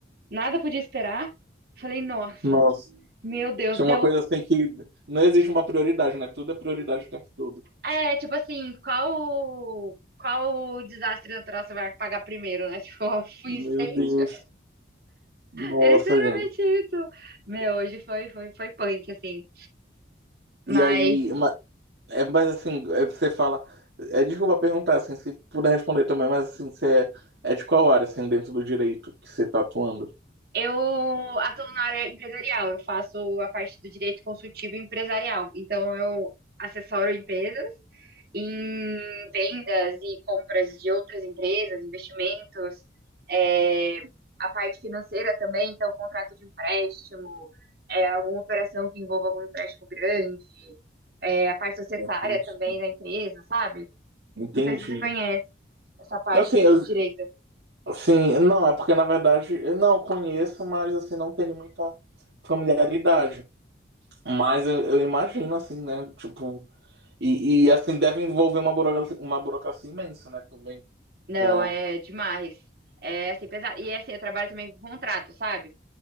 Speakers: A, on the right (about 55°); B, on the right (about 75°).
A: nada podia esperar. Falei, nossa,
B: Nossa,
A: meu Deus,
B: tinha
A: deu.
B: uma coisa assim que não existe uma prioridade, né? Tudo é prioridade o tempo todo.
A: É, tipo assim, qual. Qual desastre natural você vai pagar primeiro, né? <laughs> Tipo, ó,
B: Meu
A: um incêndio.
B: Deus. Nossa,
A: É literalmente
B: gente.
A: isso. Meu, hoje foi, foi, foi punk, assim. Mas
B: E aí, ma- é, mas assim, é, você fala, é, desculpa perguntar, assim, se puder responder também, mas assim, você é, é de qual área, assim, dentro do direito que você tá atuando?
A: Eu atuo na área empresarial, eu faço a parte do direito consultivo empresarial. Então, eu assessoro empresas em vendas e compras de outras empresas, investimentos, é, a parte financeira também, então, contrato de empréstimo, é, alguma operação que envolva algum empréstimo grande, é, a parte societária
B: Entendi.
A: também da empresa, sabe?
B: Entendi.
A: Não sei se você conhece essa parte
B: Assim,
A: do
B: eu-
A: do direito.
B: assim, não, é porque na verdade eu não conheço, mas assim, não tenho muita familiaridade. Mas eu, eu imagino, assim, né? Tipo, e, e, assim, deve envolver uma burocracia, uma burocracia imensa, né? Também.
A: Não,
B: Pra...
A: é demais. É assim, pesado. E assim, eu trabalho também com contrato, sabe?